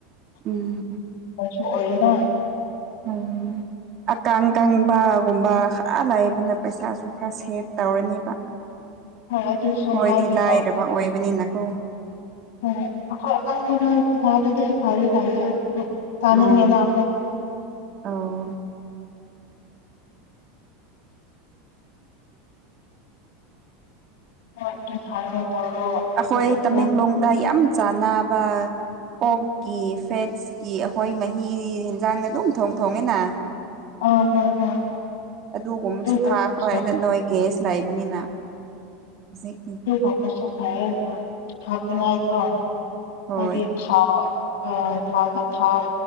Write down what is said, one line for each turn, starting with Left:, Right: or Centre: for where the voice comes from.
Right: ꯎꯝ
Left: ꯑꯣꯏꯁꯨ ꯑꯣꯏꯔꯦꯅ
Right: ꯎꯝ ꯑꯀꯥꯡ ꯀꯪꯕ ꯒꯨꯝꯕ ꯈꯔ ꯂꯩꯕꯅ ꯄꯩꯁꯥꯁꯨ ꯈꯔ ꯁꯦꯞ ꯇꯧꯔꯅꯤꯕ
Left: ꯍꯣꯏ ꯑꯗꯨꯁꯨ
Right: ꯈꯣꯏꯗꯤ
Left: ꯍꯥꯏꯒꯦ
Right: ꯂꯥꯏꯔꯕ
Left: ꯇꯧ
Right: ꯑꯣꯏꯕꯅꯤꯅꯀꯣ
Left: ꯍꯣꯏ ꯑꯈꯣꯏ ꯑꯀꯪꯕꯅ ꯆꯥꯕꯗꯤ ꯐꯩꯔꯤ ꯐꯩꯌꯦ ꯆꯥꯅꯤꯡꯉꯦꯅ
Right: ꯑꯥ
Left: ꯑꯈꯣꯏ
Right: ꯑꯧ
Left: <unintelligible>
Right: ꯑꯈꯣꯏ
Left: ꯑꯗꯨꯝ
Right: ꯇꯥꯃꯦꯡꯂꯣꯡꯗ ꯌꯥꯝ ꯆꯥꯟꯅꯕ ꯑꯣꯛꯀꯤ ꯐꯦꯠꯁꯀꯤ ꯑꯈꯣꯏ ꯃꯍꯤ ꯍꯤꯟꯖꯥꯡꯅ ꯑꯗꯨꯝ ꯊꯣꯡ ꯊꯣꯡꯉꯦꯅꯥ
Left: ꯑꯣ ꯍꯣꯏ ꯍꯣꯏ
Right: ꯑꯗꯨꯒꯨꯝꯕꯁꯨ
Left: ꯑꯗꯨꯒꯨꯝꯕꯁꯨ
Right: ꯊꯥꯈ꯭ꯔꯣꯏ ꯅꯣꯏ ꯒꯦꯁ ꯂꯩꯕꯅꯤꯅ ꯍꯨꯖꯤꯛ
Left: ꯑꯗꯨꯒꯨꯝꯕꯁꯨ ꯐꯩꯌꯦ ꯍꯥꯄꯅꯤꯉꯥꯏꯀꯣ
Right: ꯍꯣꯏ
Left: ꯍꯥꯏꯗꯤ ꯊꯥꯎ ꯑꯥ ꯊꯥꯎꯀꯥ ꯊꯥꯎ